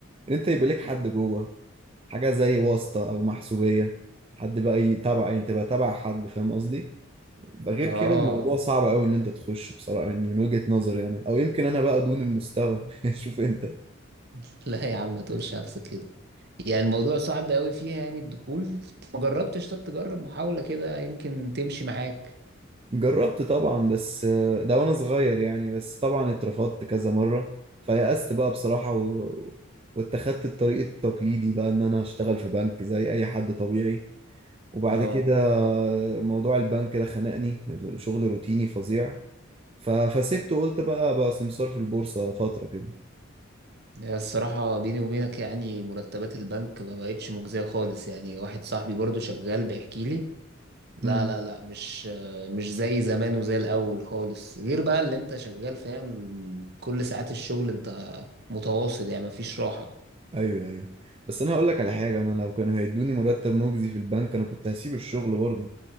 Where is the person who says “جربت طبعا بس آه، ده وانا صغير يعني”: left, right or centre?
Right